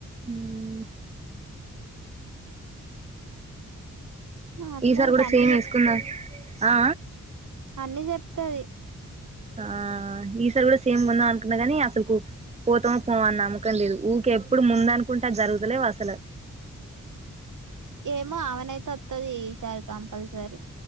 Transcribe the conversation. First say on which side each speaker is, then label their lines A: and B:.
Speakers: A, on the right; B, on the right.
A: మ్మ్
B: మాట్లాడితే
A: ఈసారి కూడా
B: అన్ని
A: సేమ్ ఏసుకుందం ఆ
B: అన్నీ చెప్తది
A: ఆ ఈసారి కూడా సేమ్ కొందామనుకున్నా కాని అసలు పోతామో పోమో అని నమ్మకం లేదు ఊకె ఎప్పుడు ముందనుకుంటే అ జరుగుతలేవు అసలు
B: ఏమో ఆమెనైతే వత్తది ఈసారి కంపల్సరీ